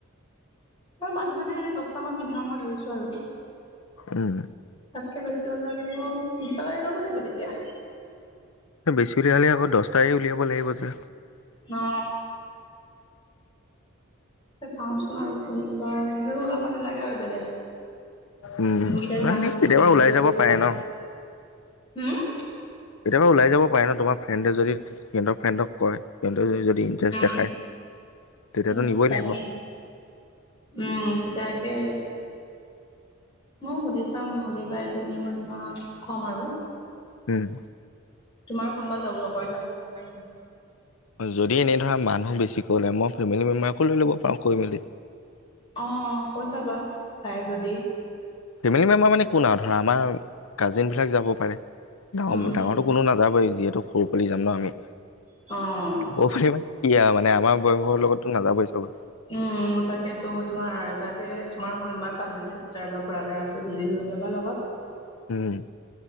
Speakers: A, on the left; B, on the left.
A: মানুহ মানে এনে দহটা মান মিনিমামৰ ধৰিছো আৰু
B: উম
A: তাতকে বেছি হ'লে আৰু দুটা গাড়ী ল'ব লাগিব তেতিয়া
B: বেছি উলিয়ালে আকৌ দহটাই উলিয়াব লাগিব যে
A: অ চাওচোন আৰু কোনবাৰ এনেতো ওলাব নালাগে আৰু বেলেগ
B: উম
A: যোনকেইটা
B: নাই
A: যাম
B: এনেই
A: বুলি
B: কেতিয়াবা
A: এনে
B: ওলাই
A: কৈ
B: যাব
A: দিছিলা
B: পাৰে
A: আ
B: ন।
A: হুম
B: কেতিয়াবা ওলাই যাব পাৰে ন তোমাৰ ফ্ৰেডে যদি সিহঁতৰ ফ্ৰেণ্ডক কয় সিহঁতে যদি ইণ্টাৰেষ্ট
A: উম
B: দেখায় তেতিয়াতো
A: উম
B: নিবই
A: তাকে
B: লাগিব
A: উম এতিয়া তাকে মই সুধি চাম সুধি পাই পিনে মই তোমাক ক'ম আৰু
B: উম
A: তোমাৰ কোনোবা যাবলে কয় জানো সেয়া সুধি চাবা
B: যদি এনে ধৰা মানুহ বেছিকৈ ওলাই মই ফেমিলি মেম্বাৰকো লৈ ল'ব পাৰোঁ কৈ মেলি
A: অ অ কৈ চাবা যাই যদি
B: ফেমিলি মেম্বাৰ মানে কোন আও ধৰা আমাৰ কাজিনবিলাক যাব পাৰে ডাঙৰ
A: উম,
B: ডাঙৰটো কোনো নাযাবই যিহেতু সৰু পোৱালি যাম ন আমি
A: অ
B: কব পাৰিবা কি আও আমাৰ বয়সৰ লগতো নাযাবই চাগৈ
A: উম তাকে তো তোমাৰ তাকে তোমাৰ কোনোবা কাজিন চিষ্টাৰ বা ব্ৰডাৰ আছে যদি লৈ লবা লগত <unintelligible>
B: উম